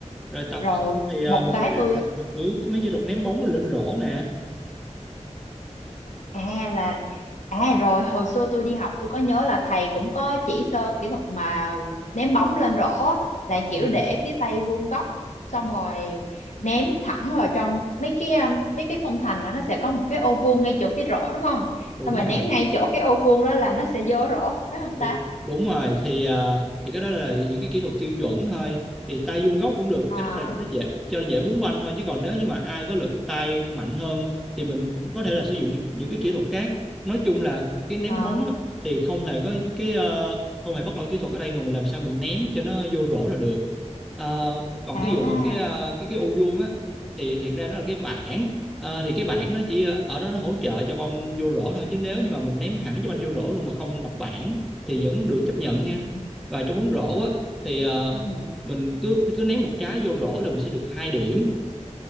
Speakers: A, in the centre; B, on the left.
A: rồi tập
B: rồi
A: xong thì ờ,
B: một
A: mình
B: cái
A: có thể
B: tôi
A: tập ừ, mấy kỹ thuật ném bóng lên rổ nè
B: à là à rồi hồi xưa tôi đi học tôi có nhớ là thầy cũng có chỉ sơ kỹ thuật mà ném bóng lên rổ á, là kiểu
A: ừ,
B: để cái tay vuông góc xong rồi ném thẳng vào trong mấy cái um, mấy cái khung thành đó nó sẽ có một cái ô vuông ngay chỗ cái rổ đúng không
A: đúng
B: xong rồi
A: rồi
B: ném ngay chỗ cái ô vuông đó là nó sẽ vô rổ phải không
A: đúng
B: ta
A: đúng rồi thì à, thì cái đó là những cái kỹ thuật tiêu chuẩn thôi thì tay vuông góc cũng được
B: à
A: cái đó là nó dễ cho dễ búng banh thôi chứ còn nếu như mà ai có lực tay mạnh hơn thì mình có thể là sử dụng những, những cái kỹ thuật khác nói chung là cái ném
B: à
A: bóng á, thì không hề có cái ờ, không hề bắt lỗi kỹ thuật ở đây mà mình làm sao mình ném cho nó vô rổ là được Ờ, còn
B: à
A: cái vụ mà cái ờ, cái cái ô vuông á thì thiệt ra đó là cái bảng Ờ, thì cái bảng nó chỉ ờ, ở đó nó hỗ trợ cho banh vô rổ thôi chứ nếu như mà mình ném hẳn cho banh vô rổ luôn mà không đập bảng thì vẫn được chấp nhận
B: ừ
A: nha và trong bóng rổ á thì
B: ừ
A: ờ,
B: ừ.
A: mình cứ cứ ném một trái vô rổ là mình sẽ được hai điểm